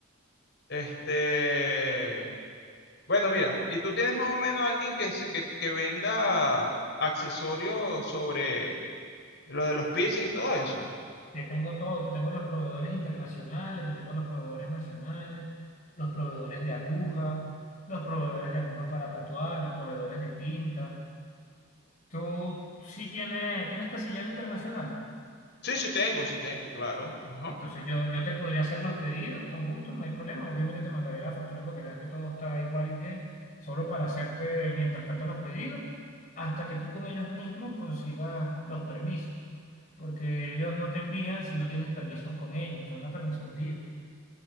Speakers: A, on the left; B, on the left.
A: Este, bueno, mira, ¿y tú tienes más o menos alguien que, se- que, que venda accesorios sobre lo de los piercing y todo eso?
B: Te tengo todo, te tengo los proveedores internacionales, te tengo los proveedores nacionales, los proveedores de aguja, los proveedores de aguja para tatuar, los proveedores de tinta. Tú sí tienes, tienes casillero internacional.
A: Sí, sí tengo, sí tengo, claro. Ajá.
B: Entonces yo, yo te podría hacer los pedidos con gusto, no hay problema. Obviamente te mandaré la factura para que veas que todo está igual y bien, solo para hacerte mientras tanto los pedidos, hasta que tú con ellos mismos consigas los permisos. Porque ellos no te envían si no tienes permisos con ellos, o sea, una permisología.